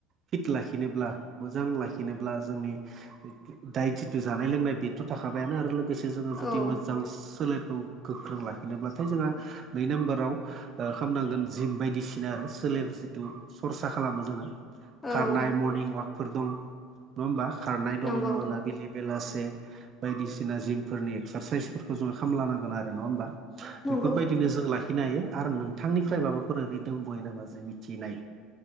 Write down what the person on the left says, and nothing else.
औ
औ
नंगौ
नंगौ